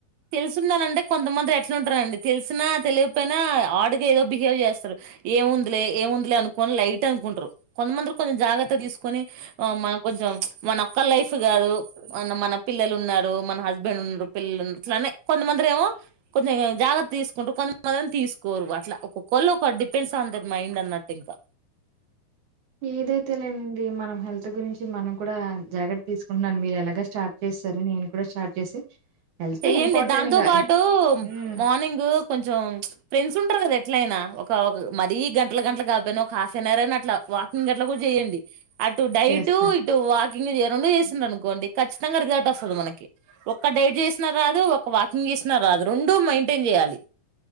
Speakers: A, on the right; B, on the right.
A: తెలుసుందనంటే కొంతమంది ఎట్లుంటరండి తెలిసినా తెలియకపోయినా హార్డ్ గా ఏదో బిహేవ్ చేస్తరు ఏంముందిలే ఏముందిలే అనుకోని లైట్ అనుకుంటరు కొంతమంది కొంత జాగ్రత్త తీసుకొని మన కొంచెం మనొక్క లైఫ్ కాదు మన మన పిల్లలున్నారు మన హస్బెండ్ ఉన్నారు పిల్లలు అట్లనే కొంతమందిరేమో కొంచెం జాగ్రత్త తీసుకుంటు కొంతమందేమో తీసుకోరు అట్లా ఒకొక్క వాళ్లోక డిపెన్స్ ఆన్ థెర్ మైండ్ అన్నట్టు ఇంకా
B: ఏదైతే ఏముంది మన హెల్త్ గురించి మనం కూడా జాగ్రత్త తీసుకుంటున్నా మీరు ఎలా స్టార్ట్ చేసారు నేను కూడా స్టార్ట్ చేసి హెల్తే
A: చెయ్యండి
B: ఇంపార్టెంట్
A: దాంతో
B: ఇంగ
A: పాటు
B: ఉమ్
A: మార్నింగు కొంచెం ఫ్రెండ్స్ ఉంటరు కద ఎట్లయినా ఒక మరీ గంటల గంటలు కాకపోయినా ఒక హాఫ్ అండ్ అవర్ అయిన అట్లా వాకింగ్ గట్ల కూడా చేయండి అటు డైటూ
B: చేస్తాను
A: ఇటు వాక్ రెండు చేసిందనుకోండి ఖచ్చితంగా రిజల్ట్ వస్తది మనకి ఒక డైట్ చే రాదు ఒక వాకింగ్ చేసిన రాదు రెండు మెయింటేన్ చేయాలి